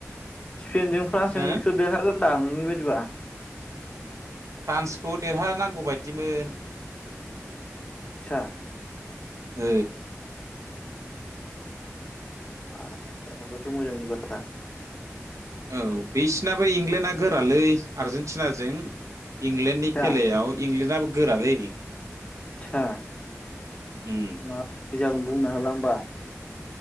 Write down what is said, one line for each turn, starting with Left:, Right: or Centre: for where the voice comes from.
Left: स्पेनजों फ्रान्सजों।
Right: हो
Left: देरहागोनदां नोंनि बायदिबा।
Right: फ्रान्सखौ देरहानांगौ बायदिमोन।
Left: सा
Right: ओ
Left: आ देरहाबाथ मोजांनि बाथ्रा।
Right: औ बिसिनाबो इंलेण्डआ गोरालै आरजेेनटिनाजों इंलेण्डनि
Left: आदसा
Right: खेलायाव। इंलेण्डआबो गोरालै।
Left: आदसा
Right: उम
Left: माबादि जागोन बुंनो हाला हबा।